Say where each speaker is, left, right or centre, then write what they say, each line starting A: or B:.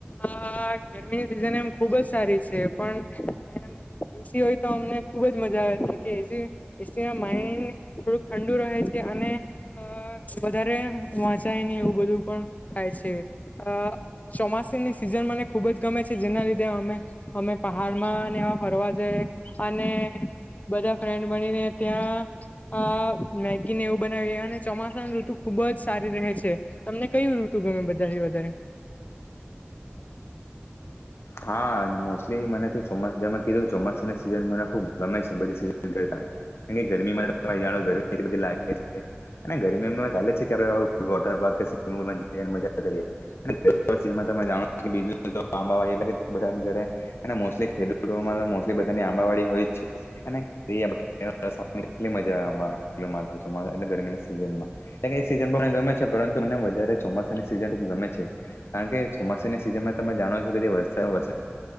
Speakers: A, on the left; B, on the left.
A: આ ગરમીની સિઝન એમ ખુબ જ સારી છે પણ એમ એસી હોય તો અમને ખુબજ મજા આવે માઇન્ડ થોડુંક ઠંડુ રહે છે અને અ વધારે વાંચાય નહી એવું બધું પણ થાય છે અ ચોમાસાની સિઝન મને ખુબ જ ગમે છે જેના લીધે અમે અમે પહાડમાં ને એવા ફરવા જાય અને બધા ફ્રેન્ડ બનીને ત્યાં આ મેગી ને એવું બનાવીએ અને ચોમાસાની ઋતુ ખુબ જ સારી રહે છે. તમને કયું ઋતુ ગમે બધાથી વધારે?
B: હા મોસ્ટલી મને તો ચોમાસામાં કીધું ચોમાસા સીઝન મને ખબ ગમે છે બધ સ કરતા ગરમીમાં તો જાણો ગરમી બધી લાગે છે. ગરમીમાં લે જ છે કે આપડ વોટર પાર્ક કે સ્વિમિંગુલ જને મજા કરીએ <unintelligible> તમે જાણો છ બીજું એટ બધાની ઘરે અને મોસ્ટલી ખેડૂતોમાં તો મોલી બધાની આંબાવાળી હોય જ છે. કેટલી મજા આવે ગરમી ના સીઝનમાં એ સીઝન પણ મ ગમે છે પરંતુ મને વધારે ચોમાસાની સિઝન ગમે છે. કારણ કે ચોમાસાની સિઝનમાં તમે જાણો છો કે જે વસ્તુ વર્